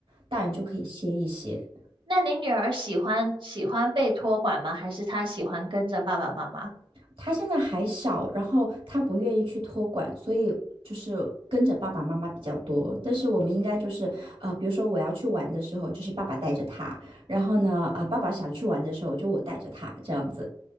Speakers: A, on the right; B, on the right.
A: 大人就可以歇一歇。
B: 那你女儿喜欢喜欢被托管吗？还是她喜欢跟着爸爸妈妈？
A: 他现在还小，然后他不愿意去托管，所以就是跟着爸爸妈妈比较多。但是我们应该就是呃，比如说我要去玩的时候，就是爸爸带着他，然后呢，啊、呃爸爸想去玩的时候，就我带着他这样子。